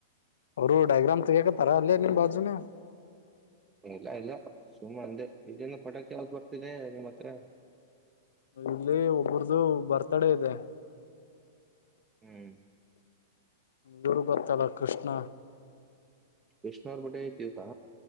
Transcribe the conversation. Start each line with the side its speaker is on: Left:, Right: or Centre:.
Left: ಅವರು ಡೈಾಗ್ರಾಮ್ ಗತರ ಅಲ್ಲೇ ನಿಮ್ಮ ಬಾಜುನ <inaudible>
Right: ಇಲ್ಲ ಇಲ್ಲ ಸುಮ್ಮ ಅಂದೆ ಈಲ್ಲಿಂದ ಪಟೋಕ್ ಯಾವ ಬರ್ತಿದೆ ನಿಮ್ಮ ಹತ್ರ
Left: ಇಲ್ಲಿ ಒಬ್ಬರದು ಬರ್ತ್ಡೇ ಇದೆ
Right: ಹ್ಮ್
Left: ಯೂರು ಗೊತ್ತಳ ಕೃಷ್ಣ
Right: ಕೃಷ್ಣನ ಅವರ್ ಮ ಐತಿತಾ